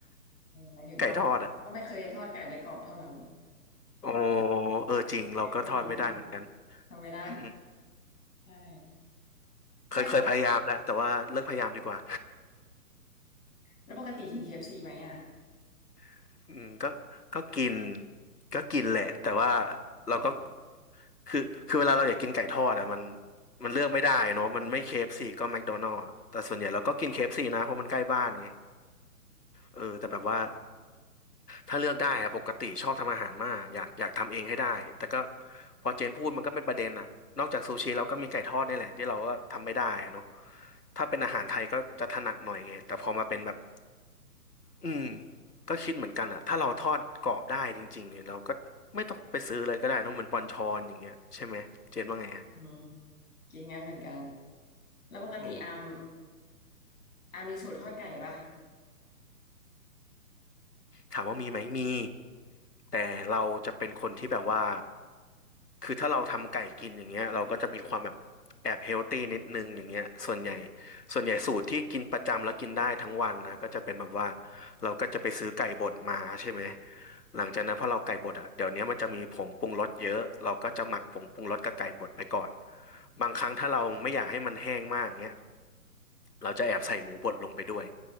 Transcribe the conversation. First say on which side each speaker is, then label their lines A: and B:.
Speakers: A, on the left; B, on the left.
A: เออหมายถึงว่าแบบก็ไม่เคยทอดไก่ได้กรอบเท่านั้น
B: <laughs> ไก่ทอดอะโอ้เออจริงเราก็ทอดไม่ได้เหมือนกัน
A: ไม่ได้ก็วินทำไม่ได้
B: อืม
A: ใช่
B: เคยเคยพยายามแล้วแต่ว่าเลิกพยายามดีกว่า
A: ไม่แล้วปกติแล้วปกติกิน KFC ไหมอ่ะ
B: <laughs> อืมก็ก็กินก็กินแหละแต่ว่าเราก็
A: แล้วก็
B: คือคือเวลาเราอยากกินไก่ทอดอะมันมันเลือกไม่ได้เนาะมันไม่ KFC ก็แมคโดนัล s อะแต่ส่วนใหญ่เราก็กิน KFC นะเพราะมันใกล้บ้านไงเออแต่แบบว่า ถ้าเลือกได้อะปกติชอบทำอาหารมากอยากอยากทำเองให้ได้แต่ก็พอเจนพูดมันก็เป็นประเด็นอะนอกจากซูชิเราก็มีไก่ทอดนี่แหละที่เราก็ทำไม่ได้อะเนาะถ้าเป็นอาหารไทยก็จะถนัดหน่อยไงแต่พอมาเป็นแบบอืมก็คิดเหมือนกันอะถ้าเราทอดกรอบได้จริงๆเนี่ยเราก็ไม่ต้องไปซื้อเลยก็ได้เนอะเหมือนปอนชอนอย่างเงี้ยใช่ไหมเจนว่าไงอะ
A: อืมกินงั้นเหมือนกันแล้วปกติอาม
B: โอ้
A: อามมีสูตรทอดไก่ปะ
B: ถามว่ามีไหมมีแต่เราจะเป็นคนที่แบบว่า คือถ้าเราทำไก่กินอย่างเงี้ยเราก็จะมีความแบบแอบเฮลตี้นิดนึงอย่างเงี้ยส่วนใหญ่ส่วนใหญ่สูตรที่กินประจำแล้วกินได้ทั้งวันนะก็จะเป็นแบบว่าเราก็จะไปซื้อไก่บดมาใช่ไหมหลังจากนั้นพอเราไก่บดอ่ะเดี๋ยวนี้มันจะมีผงปรุงรสเยอะเราก็จะหมักผงปรุงรสกับไก่บดไปก่อนบางครั้งถ้าเราไม่อยากให้มันแห้งมากเงี้ยเราจะแอบใส่หมูบดลงไปด้วย